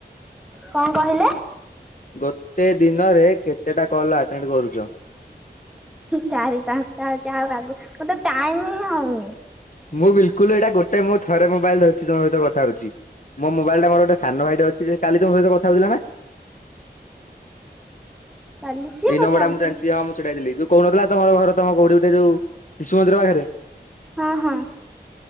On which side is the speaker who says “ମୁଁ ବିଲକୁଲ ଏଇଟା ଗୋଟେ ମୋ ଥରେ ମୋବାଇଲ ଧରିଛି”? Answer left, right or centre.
Left